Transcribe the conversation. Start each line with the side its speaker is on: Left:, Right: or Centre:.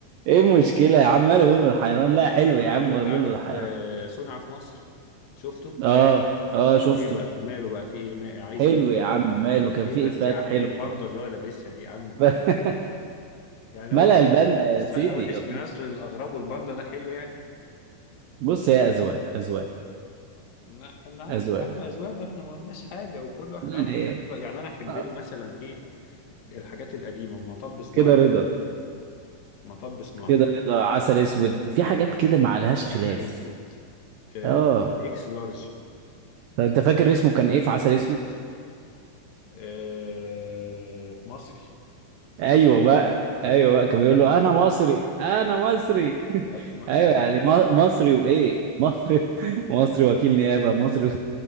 Right: ايه المشكلة يا عم ماله بلبل حيران لا حلو
Left: يبقى-
Right: يا عم
Left: طب
Right: بلبل
Left: انت عارف
Right: حيران
Left: آه، صنع في مصر شفته
Right: اه اه شفته
Left: ايه بقى ماله بقى في ايه ما عايز
Right: حلو
Left: ايه
Right: يا عم ماله
Left: حلو
Right: كان
Left: ايه
Right: فيه
Left: بس
Right: افات
Left: يا عم
Right: حلوة
Left: الباندا
Right: برضه
Left: اللي هو لابسها دي يا عم والكلام
Right: <laughs>
Left: ده يعني
Right: ملأ
Left: هو السقا
Right: الباندا يا
Left: السقا
Right: سيدي
Left: وحش
Right: الله
Left: في نسل الاغراب والباندا ده حلو يعني
Right: بص هي اذواق اذواق
Left: لا انا عارف
Right: اذواق
Left: يا عم اذواق احنا ما قلناش حاجه وكل واحد
Right: يعني
Left: عمل حاجات حلوه يعني انا احب
Right: آه
Left: له مثلا ايه الحاجات القديمة مطب صناعي
Right: كده رضا
Left: مطب صناعي
Right: كده رضا عسل اسود في حاجات كده ما عليهاش خلاف
Left: عسل اسود آه،
Right: اه
Left: اكس لارج
Right: طب انت فاكر اسمه كان ايه في عسل اسود
Left: آه، مصري
Right: ايوه بقى ايوه بقى
Left: طيب،
Right: كان بيقول
Left: لا
Right: له انا مصري انا مصري
Left: يا
Right: <laughs>
Left: ابني ما احنا
Right: ايوه يعني م- مصري وايه مصري <laughs> مصري وكيل نيابه مصري